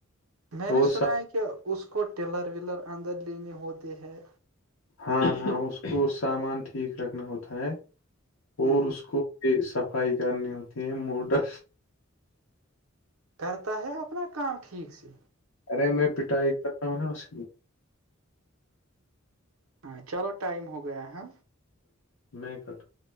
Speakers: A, on the right; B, on the left.
A: میں نے
B: اور
A: سنا
B: سا-
A: ہے کہ اس کو ٹلر ولر اندر لینے ہوتے ہے
B: ہاں ہاں اس کو سامان ٹھیک رکھنا ہوتا ہے اور
A: ہاں
B: اس کو کی صفائی کرنی ہوتی ہیں موٹر
A: کرتا ہے اپنا کام ٹھیک سے
B: ارے میں پٹائی کرتا ہوں نا اس کی
A: ہاں چلو ٹائم ہو گیا ہے
B: میکٹ